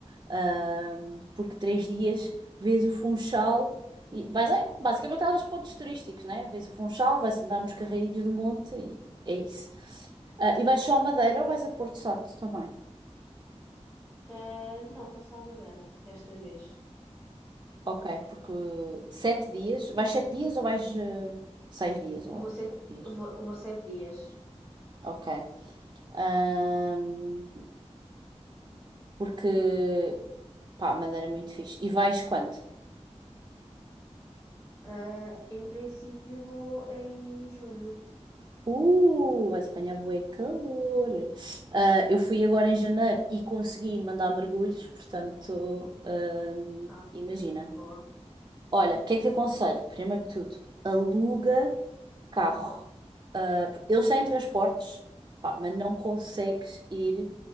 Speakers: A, on the right; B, on the left.
A: Ah, porque três dias vês o Funchal e vais a- basicamente aos pontos turísticos, né? Vês o Funchal, vais andar nos carreirinhos do monte e é isso. Ah, e vais só a Madeira ou vais a Porto Santo também?
B: Ah, não, vou só à Madeira desta vez.
A: Ok, porque sete dias. Vais sete dias ou vais eh, seis dias ou
B: Vou sete,
A: oito dias?
B: vou, vou sete dias.
A: Ok. Ahm, porque, pá, Madeira é muito fixe. E vais quando?
B: Ah, em princípio vou em julho.
A: Uh, vais apanhar bué calor. Ah, eu fui agora em janeiro e consegui mandar mergulhos, portanto, ahm,
B: Ah,
A: imagina.
B: boa.
A: Olha, o que é que te aconselho? Primeiro que tudo, aluga carro. Ah, eles têm transportes, pá, mas não consegues ir.